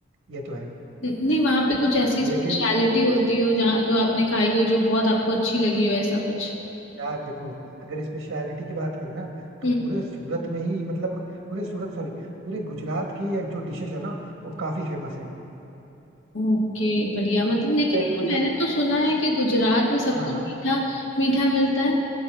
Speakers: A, on the right; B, on the left.
A: ये तो है
B: न- नहीं वहां पे कुछ ऐसी स्पेशलिटी
A: लेकिन
B: होती हो जहाँ जो आपने खाई हो जो बहुत आपको अच्छी लगी हो ऐसा कुछ
A: यार देखो अगर स्पेशलिटी की बात करें ना तो
B: हम्म
A: पूरे सूरत में ही मतलब पूरे सूरत सॉरी पूरे गुजरात की ये जो डिशेस है ना वो काफी फेमस है
B: ओके बढ़िया मतलब लेकिन
A: इनफैक्ट
B: ये
A: मतलब
B: मैंने तो सुना है कि गुजरात में सब
A: हाँ
B: कुछ मीठा मीठा मिलता है